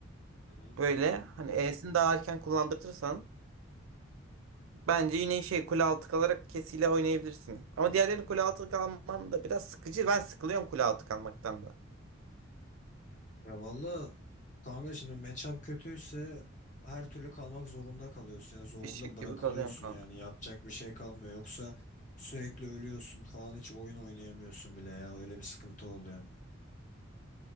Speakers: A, on the left; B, on the right.
A: Hı hı.
B: böyle hani E'sini daha erken kullandırırsan Bence yine şey kule altı kalarak kesiyle oynayabilirsin. Ama diğerlerini kule altı kalman da biraz sıkıcı. Ben sıkılıyorum kule altı kalmaktan da.
A: Ya valla kanka şimdi matchup kötüyse her türlü kalmak zorunda kalıyorsun. Yani zorunda
B: Eşek
A: bırakılıyorsun
B: gibi kalıyorsun kanka.
A: yani yapacak bir şey kalmıyor. Yoksa sürekli ölüyorsun falan hiç oyun oynayamıyorsun bile ya öyle bir sıkıntı oluyor.